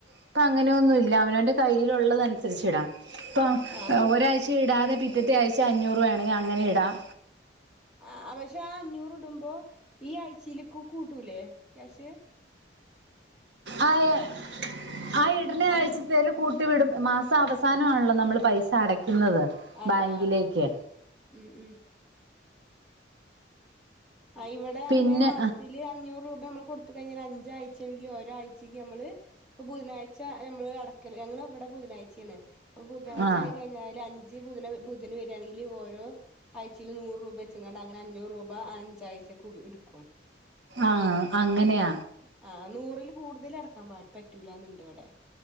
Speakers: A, on the right; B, in the centre.
A: ഇപ്പൊ അങ്ങനെയൊന്നുല്ല അവനോന്റെ കയ്യിലുള്ളനുസരിച്ച ഇടാം ഇപ്പ
B: ആഹ് ആഹ്
A: ഒരാഴ് ചാ ഇടതെ പിറ്റേതെ ആഴ്ച അഞ്ഞൂറ് വേണെങ്കിൽ അങ്ങനെ ഇടാം
B: അഹ് പക്ഷെ ആഹ് അഞ്ഞൂറ് ഇടുമ്പോ ഈ ആഴ്ചയിലേക്ക് കൂട്ടൂലേ ക്യാഷ്
A: അഹ് ആഹ് ഇടണെ ആഴ്ച
B: അ
A: ന്നേലും കൂട്ടി വിടും മാസം അവസാനം ആണല്ലോ നമ്മൾ പൈസ അടയ്ക്കുന്നത്
B: അതെ
A: ബാങ്കിലേക്ക്
B: ആഹ് ആഹ് ഉം ഉം ആഹ് ഇവിടെ അങ്ങനെ
A: പിന്നെ
B: മാസ്തി ഇതിൽ അഞ്ഞൂറ് രൂപ നമ്മള് കൊടുത്തു കഴിഞ്ഞാൽ അഞ്ചായ്ച്ചെങ്കിലും ഒരു ആഴ്ച്ചങ്കിലും നമ്മള് ഇപ്പൊ ബുധനാഴ്ച നമ്മള് അടക്കൽ ഞങ്ങൾ ഇവിടെ ബുധനാഴ്ചയാണ് അപ്പൊ ബുധനാഴ്ച
A: ആ
B: ആയി കഴിഞ്ഞാല് അഞ്ച് ബുധന ബുധന് വരിയാണെങ്കിൽ ഓരോ ആഴ്ചയിൽ നൂറ് രൂപ വെച്ചങ്ങണ്ട് അങ്ങനെ അഞ്ഞൂറ് രൂപ അഞ്ചാഴ്ചക്ക്ടും
A: അഹ് അങ്ങനെയ
B: അഹ് നൂറിൽ കൂടുതൽ അടക്കാൻ പ പറ്റൂലാന്നുണ്ട് ഇവിടെ